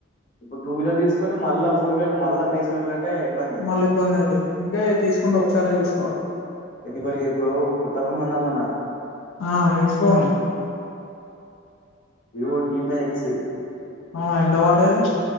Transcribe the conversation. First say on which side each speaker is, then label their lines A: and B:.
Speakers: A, on the left; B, on the left.
A: ఇప్పుడు టూ వీలర్ తీసుకొని మళ్ళా ఫోర్ వీలర్కి మళ్ళా పైసలు పెట్టాలంటే ఇబ్బందే
B: మళ్ళా ఇబ్బంది అయితది అంటే తీసుకుంటే ఒకసారే తీసుకోవాలి
A: ఎందుకంటే రేపు కొత్త ఫోన్ కొందామన్న
B: ఆ ఏం phone
A: Vivo T five X
B: అవు ఎంత వడ్డది